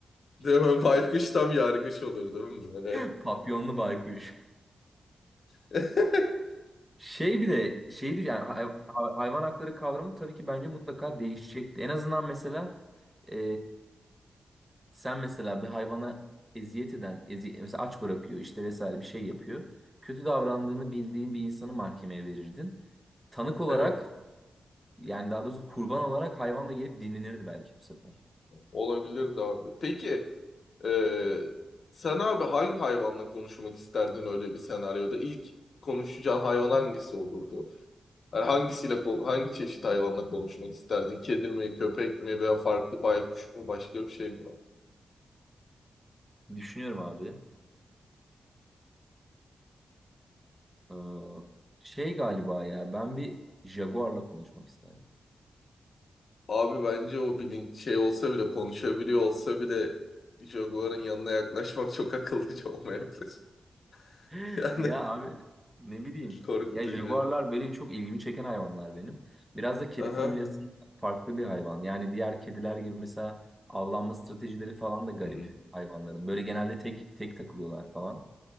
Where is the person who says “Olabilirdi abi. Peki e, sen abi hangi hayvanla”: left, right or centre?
Left